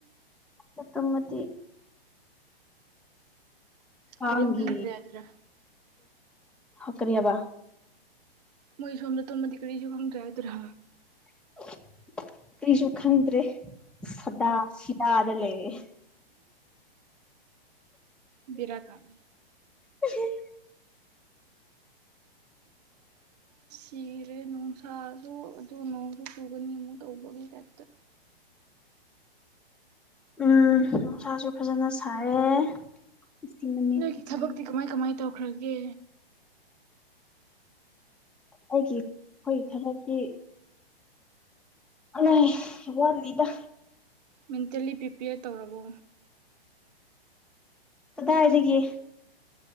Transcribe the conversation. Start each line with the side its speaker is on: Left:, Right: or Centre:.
Centre: ꯄꯠꯇꯣꯃꯗꯤ ꯀꯥꯤ
Right: ꯀꯔꯤꯝ ꯈꯪꯗ꯭ꯔꯦ ꯑꯗꯨꯔ
Centre: ꯍꯈꯔꯤꯌꯥꯕ
Right: ꯃꯣꯏ ꯁꯣꯝꯗ ꯇꯣꯃꯗꯀꯔꯔꯤꯁꯨ ꯈꯣꯡ ꯆꯥꯏꯗ꯭ꯔ
Centre: <unintelligible> ꯀꯔꯤꯁꯨ ꯈꯪꯗ꯭ꯔꯦꯗꯥ ꯁꯤꯗꯥꯗ ꯂꯩꯔꯦ
Right: ꯕꯤꯔꯥ ꯀꯜ
Centre: ꯎ
Right: ꯆꯤꯔꯦ ꯅꯨꯡꯁꯥꯁꯨ ꯑꯗꯨ ꯅꯣꯡꯁꯨ ꯆꯨꯒꯅꯤ ꯑꯃꯨꯛ ꯇꯧꯕꯒꯤ ꯇꯥꯏꯞꯇ
Centre: ꯎꯝ ꯅꯨꯡꯁꯥꯁꯨ ꯐꯖꯅ ꯁꯥꯏꯌꯦ ꯉꯁꯤ ꯅꯨꯃꯤꯠꯇꯨꯗꯤ
Right: ꯅꯣꯏꯒꯤ ꯊꯕꯛꯇꯤ ꯀꯃꯥꯏ ꯀꯃꯥꯏ ꯇꯧꯈ꯭ꯔꯒꯦ
Centre: ꯑꯩꯒꯤ ꯑꯩꯈꯣꯏꯒꯤ ꯊꯕꯛꯇꯤ ꯑꯂ ꯋꯥꯟ ꯂꯤꯗ
Right: ꯃꯦꯟꯇꯦꯜꯂꯤ ꯄ꯭ꯔꯤꯄꯦꯌꯔ ꯇꯧꯔꯕꯣ
Centre: ꯀꯗꯥꯏꯒꯦ